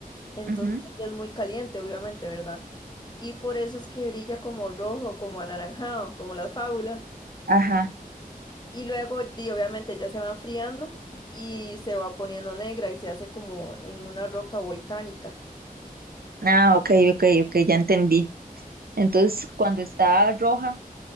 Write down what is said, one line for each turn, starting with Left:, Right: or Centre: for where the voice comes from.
Left: entonces
Right: ujú,
Left: ella es muy caliente, obviamente, ¿verdad? Y por eso es que brilla como rojo, como anaranjado, como las fábulas.
Right: Ajá.
Left: Y luego, di, obviamente, ya se va enfriando y se va poniendo negra y se hace como en una roca volcánica.
Right: Ah, ok, ok, ok, ya entendí. Entonces, cuando está roja